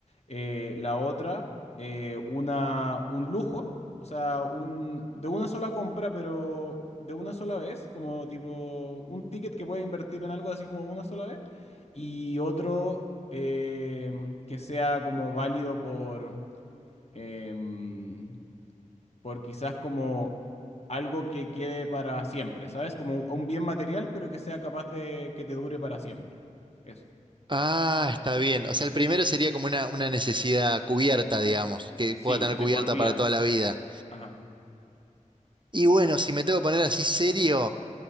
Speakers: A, on the left; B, on the right.
A: Eh, la otra, eh, una, un lujo, o sea, un, de una sola compra, pero de una sola vez, como tipo un ticket que puedes invertir en algo así como una sola vez. Y otro eh, que sea como válido por... em, por quizás como algo que quede para siempre, ¿sabes? Como un un bien material, pero que sea capaz de que te dure para siempre. Eso.
B: ah, está bien. O sea, el primero sería como una, una necesidad cubierta, digamos, que pueda
A: Sí,
B: tener
A: de
B: cubierta
A: por vida.
B: para toda la vida.
A: Ajá,
B: Y bueno, si me tengo que poner así serio,